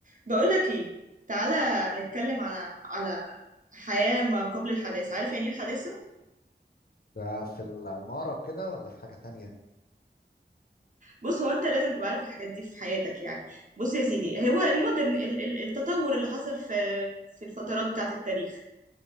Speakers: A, on the right; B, on the left.
A: بقولك ايه تعالى نتكلم على على حياة ما قبل الحداثة عارف يعني ايه الحداثة؟
B: ده في العمارة وكده ولا في حاجة تانية
A: بص هو انت لازم تبقى عارف الحاجات دي في حياتك يعني بص يا سيدي هو المودرن ال- ال- التطور اللي حصل في في الفترات بتاعة التاريخ